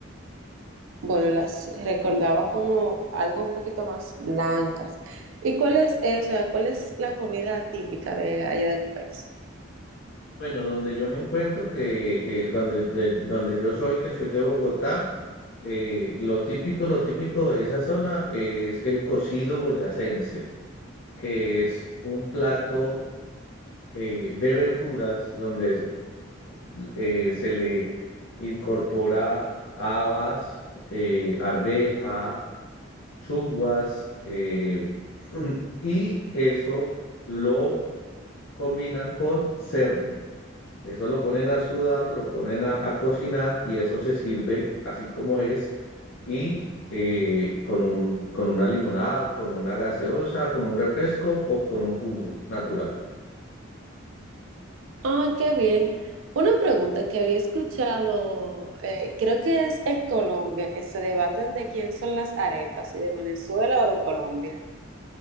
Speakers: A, on the right (about 70°); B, on the left (about 70°).
A: Bueno, las recordaba como algo un poquito más blancas. ¿Y cuál es eso? ¿Cuál es la comida típica de allá de tu país?
B: Bueno, donde yo me encuentro, que eh, donde, de- donde yo soy, que soy de Bogotá, eh, lo típico, lo típico de esa zona es el cocido boyacense. que es un plato eh, de verduras donde se eh, se le incorpora habas, eh, arveja, chuguas, eh, <clears throat> y eso lo combinan con cerdo. Eso lo ponen a sudar, lo ponen a, a cocinar y eso se sirve así como es y eh, con un, con una limonada, con una gaseosa, con un refresco o con un jugo natural.
A: Ah, qué bien. Una pregunta que había escuchado, eh, creo que es en Colombia, que se debaten de quién son las arepas, si de Venezuela o de Colombia.